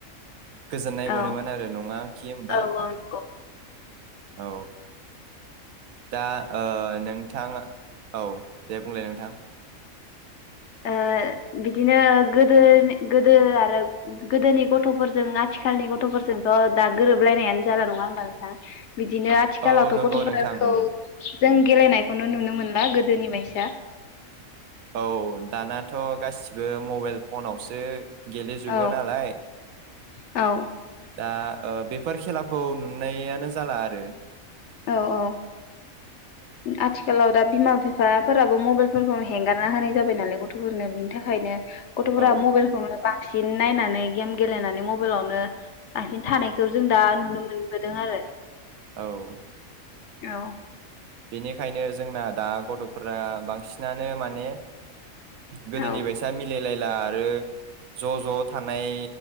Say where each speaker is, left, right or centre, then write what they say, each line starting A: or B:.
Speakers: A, on the right; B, on the left.
A: गोजोननाय
B: औ
A: मोनोमोन आरो नङा कि होमबा
B: औ औ नंगौ
A: औ दा ओ नोंथाङा औ दे बुंलाय नोंथां
B: ओ बिदिनो गोदोनि गोदो आरो गोदोनि गथ'फोरजों आथिखालनि गथ'फोरजोंथ' दा गोरोबलायनायानो जाला नङा होनोमबा नोंथां बिदिनो आथिखालावथ'
A: औ नंगौ
B: गथ'फोरखौ
A: नोंथां उम
B: जों गेलेनायखौनो नुनो मोनला गोदोनि बाइसा
A: औ दानाथ' गासिबो मबाइल फनावसो गेलेजोबो
B: औ
A: नालाय
B: औ
A: दा ओ बेफोर खेला खौ नुनायानो जाला आरो
B: औ औ आथिखालाव दा बिमा बिफाफोराबो मबाइलफोरखौ हेंगारना होनाय जाबाय नालाय गथ'फोरनो बिनि थाखायनो गथ'फोरा
A: औ
B: मबाइलखौनो बांसिन नायनानै गेम गेलेनानै मबाइलावनो बांसिन थानायखौ जों दा नुनो मोनबोदों आरो
A: औ
B: औ
A: बेनिखायनो जोंना दा गथ'फोरा बांसिनानो माने गोदोनि
B: औ
A: बायसा मिलायलाय दा आरो ज' ज' थानाय